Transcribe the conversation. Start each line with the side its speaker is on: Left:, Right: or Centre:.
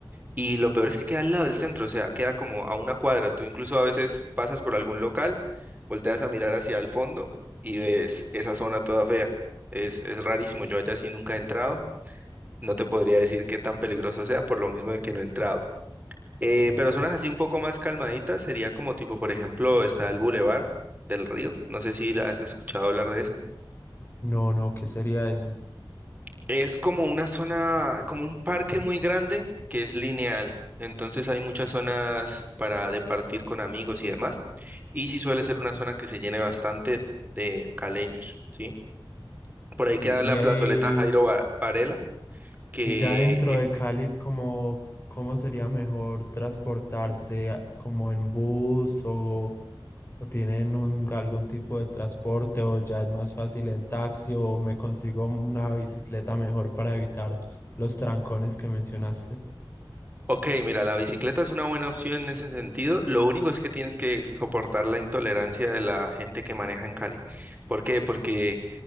Right: Y lo peor es que queda al lado del centro, o sea, queda como a una cuadra. Tú incluso a veces pasas por algún local, volteas a mirar hacia el fondo y ves esa zona toda fea. Es, es rarísimo, yo allá sí nunca he entrado. No te podría decir qué tan peligroso sea por lo mismo de que no he entrado. Eh,
Left: Sí,
Right: pero
Left: sí.
Right: zonas así un poco más calmaditas sería como tipo, por ejemplo, está el Boulevard del Río. No sé si la has escuchado hablar de eso.
Left: No, no, ¿qué sería eso?
Right: Es como una zona, como un parque muy grande que es lineal. Entonces hay muchas zonas para departir con amigos y demás. Y sí suele ser una zona que se llene bastante de caleños, ¿sí? Por
Left: Sí,
Right: ahí queda
Left: y
Right: la
Left: ahí...
Right: plazoleta Jairo Va- Varela, que
Left: Y ya dentro
Right: es
Left: de Cali, ¿cómo, cómo sería mejor transportarse a- como en bus o, o tienen un, algún tipo de transporte o ya es más fácil en taxi o me consigo una bicicleta mejor para evitar los trancones que mencionaste?
Right: Ok, mira, la bicicleta es una buena opción en ese sentido. Lo único es que tienes que soportar la intolerancia de la gente que maneja en Cali. ¿Por qué? Porque